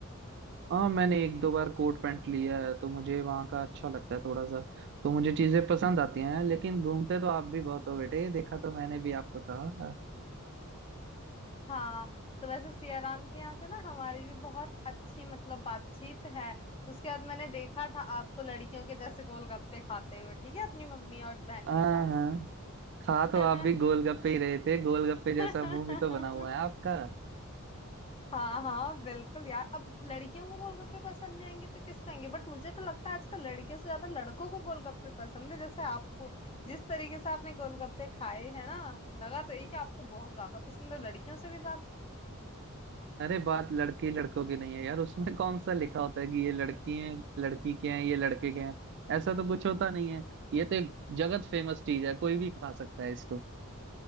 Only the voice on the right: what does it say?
हाँ मैंने एक दो बार कोट पैंट लिया है तो मुझे वहाँ का अच्छा लगता है थोड़ा सा तो मुझे चीजें पसंद आती हैं लेकिन घूमते तो आप भी बहुत हो बेटे देखा तो मैंने भी आपको था
हाँ
हाँ खा तो
आप भी गोलगप्पे ही रहे थे गोलगप्पे जैसा
मुंह भी तो बना हुआ है आपका
अरे बात लड़की लड़कों की नहीं है यार उसमें कौन सा लिखा होता है कि ये लड़की है लड़की के हैं ये लड़के के हैं ऐसा तो कुछ होता नहीं है ये तो एक जगत फेमस चीज है कोई भी खा सकता है इसको